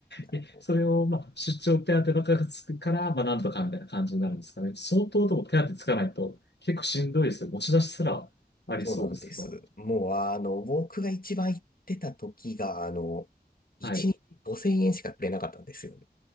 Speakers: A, on the left (about 55°); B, on the left (about 85°).
A: あの、
B: え、それを、まあ、出張手当ばっかりつくから、まあ、なんとかみたいな感じになるんですかね。相当でも手当つかないと、結構しんどいですよ。持ち出しすらありそうですけど。
A: そうなんです。もう、あの、僕が一番行ってた時が、あの、1日5000円しかくれなかったんですよね。
B: はい。